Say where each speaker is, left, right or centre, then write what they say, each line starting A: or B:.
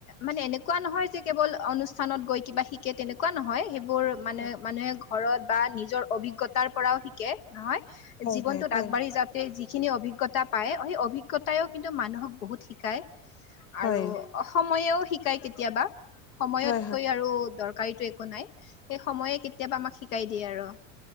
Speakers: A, on the left (about 75°); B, on the left (about 35°).
A: মানে এনে <unintelligible> এনেকুৱা নহয় যে কেৱল অনুষ্ঠানত গৈ কিবা শিকে তেনেকুৱা নহয় সেইবোৰ মানে
B: হয়
A: মানুহে ঘৰত <unintelligible> বা নিজৰ অভিজ্ঞতাৰ পৰাও শিকে নহয়
B: হয়
A: জীৱনটোত
B: হয় হয়
A: আগবঢ়ি যাব <unintelligible> যিখিনি অভিজ্ঞতা পায় সেই অভিজ্ঞতাও কিন্তু মানুহক বহুত শিকায়। <unintelligible>
B: হয়
A: আৰু সময়েও শিকায় কেতিয়াবা সময়তকৈ
B: হয় হয়
A: আৰু দৰকাৰীটো <unintelligible> একো নাই সেই
B: কথা
A: সময়ে কেতিয়াবা আমাক শিকাই দিয়ে আৰু। <unintelligible>